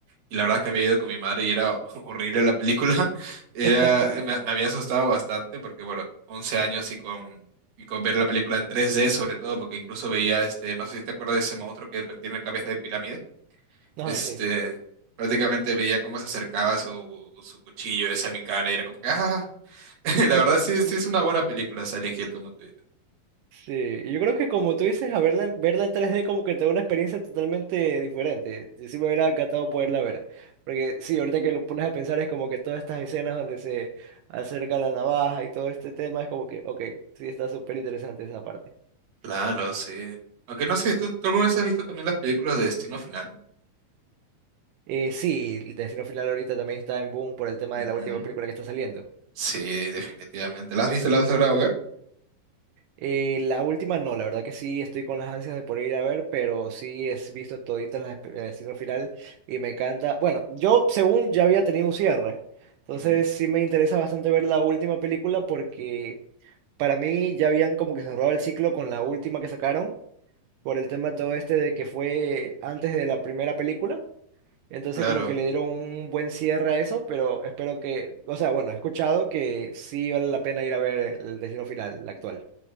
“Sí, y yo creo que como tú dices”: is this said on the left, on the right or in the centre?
Right